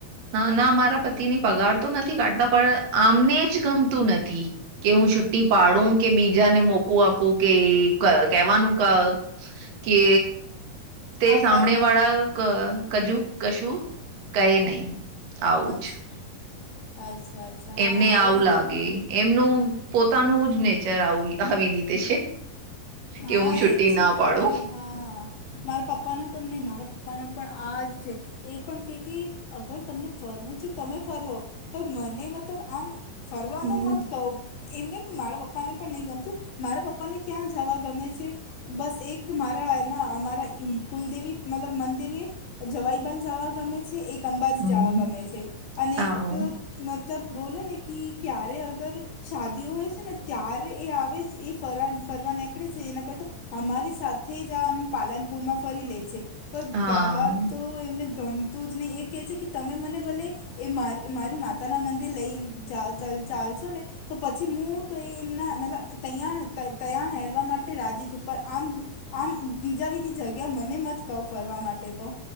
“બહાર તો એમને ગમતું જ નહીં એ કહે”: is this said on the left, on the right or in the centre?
Left